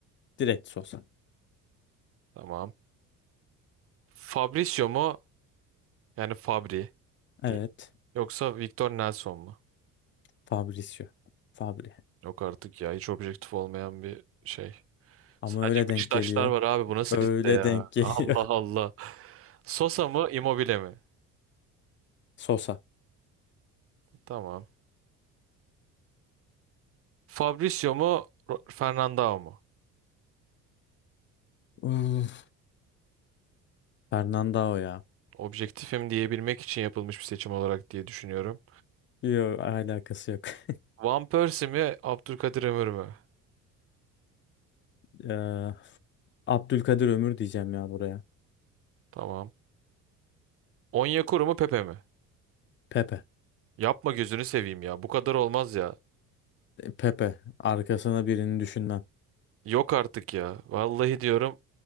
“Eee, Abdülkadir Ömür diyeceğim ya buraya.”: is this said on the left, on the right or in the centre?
Left